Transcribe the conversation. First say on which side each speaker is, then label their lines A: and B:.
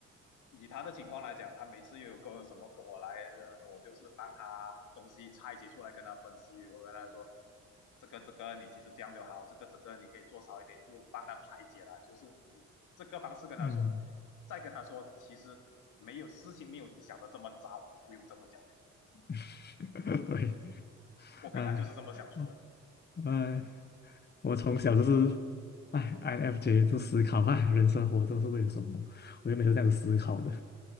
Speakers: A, on the left; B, on the left.
A: 以他的情况来讲，他每次又有个什么跟我来，呃我就是帮他东西拆解出来跟他分析，我跟他说这个这个你其实这样就好，这个这个你可以做少一点，就帮他排解了，就是以这个方式跟他说，
B: 嗯，
A: 再跟他说其实没有事情没有你想的这么糟，你不用这么焦虑，
B: <laughs> 对，
A: 我跟他就是这么相处的，
B: 哎，我哎，我从小就是，哎，INFJ 就思考，哎，人生活着是为了什么？我就每次这样子思考的。